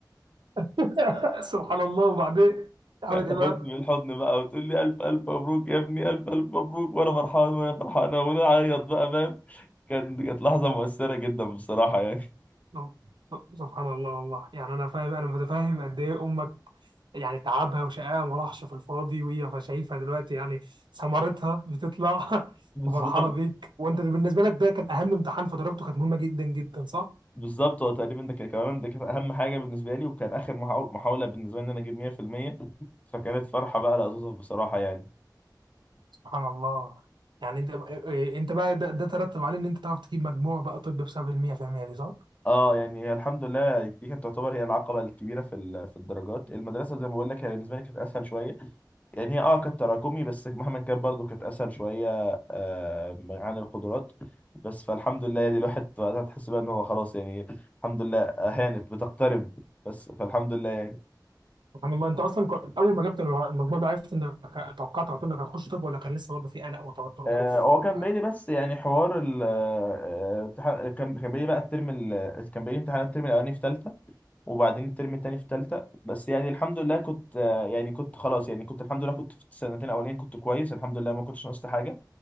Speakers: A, on the right (about 80°); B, on the left (about 20°).
A: <laughs> سبحان الله وبعدين عملت
B: فتاخدني
A: ايه بقى؟
B: <laughs> بالحضن بقى وتقول لي الف الف مبروك يا ابني الف الف مبروك وانا فرحان وهي فرحانه ونعيط بقى فاهم كان كانت لحظه مؤثره جدا بصراحه يعني
A: نو. سبحان الله والله يعني انا فاهم انا متفاهم قد ايه امك يعني تعبها وشقاها ما راحش في الفاضي وهي شايفها دلوقتي يعني ثمرتها بتطلع <laughs>
B: <laughs> بالظبط
A: وفرحانه بيك وانت بالنسبه لك ده كان اهم امتحان فدرجته كانت مهمه جدا جدا صح؟
B: بالظبط هو تقريبا ده كان كمان ده كانت اهم حاجه بالنسبه لي وكان اخر محاو- محاوله بالنسبه لي ان انا اجيب 100% فكانت فرحه بقى لا توصف بصراحه يعني
A: سبحان الله يعني انت بقى- إيه- إيه، انت بقى ده, ده ترتب عليه ان انت تعرف تجيب مجموع بقى طب بسبب ال 100% دي صح؟
B: اه يعني هي الحمد لله دي كانت تعتبر هي العقبه الكبيره في ال- في الدرجات المدرسه زي ما بقول لك هي بالنسبه لي كانت اسهل شويه يعني هي اه كانت تراكمي بس مهما كان برضو كانت اسهل شويه آه عن القدرات بس فالحمد لله يعني الواحد وقتها تحس بقى ان هو خلاص يعني الحمد لله هانت بتقترب بس فالحمد لله يعني
A: سبحان الله انت اصلا كنت- اول ما جبت المجموع ده عرفت انك توقعت على طول انك هتخش طب ولا كان لسه برضه في قلق وتوتر وخوف
B: آه، هو كان
A: اللي بعد
B: باين لي بس يعني حوار ال آه، امتحان- كان كان باين لي بقى الترم ال... كان باين لي امتحانات الترم الاولاني في ثالثه وبعدين الترم الثاني في ثالثه بس يعني الحمد لله كنت آه، يعني كنت خلاص يعني كنت الحمد لله كنت في السنتين الاولين كنت كويس الحمد لله ما كنتش ناقصت حاجه